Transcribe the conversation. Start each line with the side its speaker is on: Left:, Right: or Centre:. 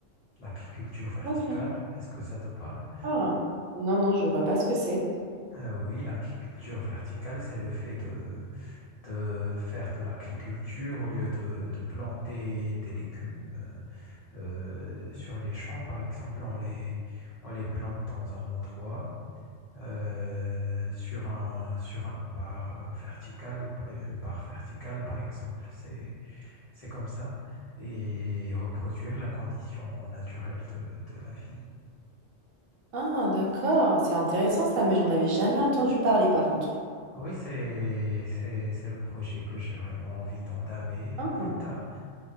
Left: l'agriculture verticale
Right: Ok.
Left: est-ce que ça te parle
Right: Ah. Non, non, je vois pas ce que c'est.
Left: Euh, oui l'agriculture verticale c'est le fait de de faire de l'agriculture au lieu de, de planter des légumes euh, euh, sur les champs, par exemple, on les, on les plante dans un endroit, euh, sur un, sur un par euh, vertical, par- une part verticale, par exemple. C'est, c'est comme ça. Et reproduire la condition naturelle de, de la vie.
Right: Ah, d'accord. C'est intéressant ça, mais j'en avais jamais entendu parler par contre.
Left: Oui, c'est, c'est, c'est le projet que j'ai vraiment envie d'entamer
Right: Ah,
Left: plus tard.